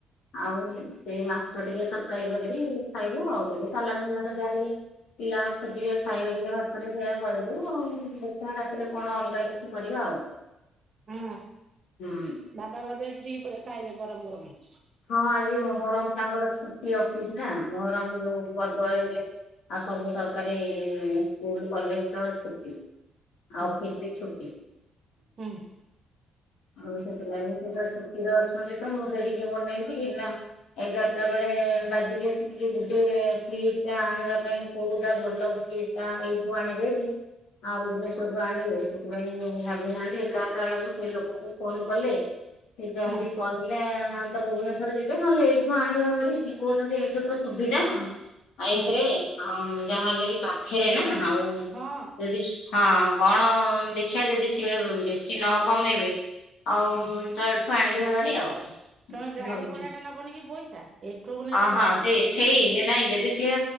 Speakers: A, on the left; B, on the right.
A: ଆଉ ସେ ମାଛ ଟିକେ ତରକାରୀ କରିବି ଖାଇବୁ ଆଉ ଟିକେ ସାଲାଡ ମାଲାଡ ଯାହା ଟିକେ ପିଲା <unintelligible> ଖାଇବା ଟିକେ ଭାତରେ ସେୟା ଖୁଆଇ ଦବୁ ଆଉ ଦେଖିବା ରାତିରେ କଣ ଅଲଗା କିଛି କରିବା ଆଉ
B: ହଁ
A: ହୁଁ।
B: ବାବା ବଧେ ଆଜି ଦିପହରରେ ଖାଇବେ ଗରମ ଗରମ
A: ହଁ ଆଜି ମହରମ ତାଙ୍କର ଛୁଟି ଅଫିସ ନା ମହରମ ଯୋଉ ବରବୟ ହେଲେ ଆଉ ସବୁ ସରକାରୀ ସ୍କୁଲ କଲେଜ ତ ଛୁଟି ଆଉ
B: ହୁଁ
A: ଅଫିସ ବି ଛୁଟି।
B: ହୁଁ।
A: ଆଉ ସେ ପିଲା ବି ସେ ତ ଛୁଟିରେ ଅଛନ୍ତି ତ ମୁଁ ତାଙ୍କୁ ଦେଇଦେଇ ଇଏ ମନେଇକି ଥିଲା ଏଗାରଟା ବେଳେ ବାଜିଲେ ସେ ଟିକେ ଯିବେ ଫ୍ରିଜ ଟା ଆଣିବା ପାଇଁ କୋଉଟା ଭଲ ଭ୍ଲୁଟା ଏଇଠୁ ଆଣିବେ କି? ଆଉ ଭୁବନେଶ୍ୱରରୁୁ ଆଣିବେ ସେଥିପାଇଁ ଭାବି ନାହାନ୍ତି ଏଗାରଟା ବେଳକୁ ସେ ଲୋକଙ୍କୁ ଫୋନ କଲେ ସେ ଯାଦି
B: ହୁଁ
A: କହିଲା। ତ ଭୁବନେଶ୍ଵର ଯିବେ ନହେଲେ ଏଇଠୁ ଆଣିବେ ଭାରି ସିଏ କହୁଚନ୍ତି ଏଇଠୁ ତ ସୁବିଧା। ବାଇକରେ
B: ହୁଁ
A: ଆଉ ଯାହାହେଲେ ବି ପାଖରେ ନା ଆଉ
B: ହଁ
A: ଯଦି ସୁ ହଁ କଣ ଦେଖିଆ। ଯଦି ସିଏ ବେଶୀ ନ କମେଇବେ ଆଉ
B: ହୁଁ।
A: ତ ଏଠୁ ଆଣିବେ ଭାରି ଆଉ।
B: ତମେ ଗାଡି
A: ଭାବୁଛୁ।
B: ଭଡା ଟା ନବନି କି ପଇସା ଏଠୁକୁ ନେଲା
A: ହଁ ହଁ
B: ବେଳକୁ।
A: ସେଇ ସେଇ ଯେ ନାଇଁ ଯଦି ସିଏ